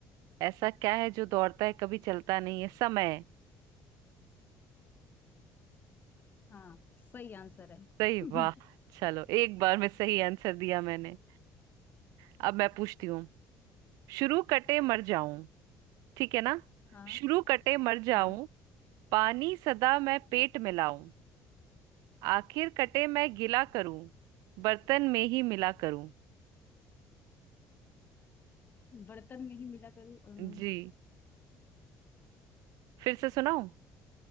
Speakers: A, on the right; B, on the left.
A: ऐसा क्या है जो दौड़ता है कभी चलता नहीं है समय
B: हाँ सही आंसर है <laughs>
A: सही
B: हम्म
A: वाह चलो एक बार में सही आंसर दिया मैंने अब मैं पूछती हूँ शुरू कटे मर जाऊं ठीक है ना
B: हाँ
A: शुरू कटे मर जाऊं
B: हाँ
A: पानी सदा मैं पेट मिलाऊं आखिर कटे मैं गिला करूं बर्तन में ही मिला करूं
B: बर्तन में ही मिला करूँ अम,
A: जी फिर से सुनाऊं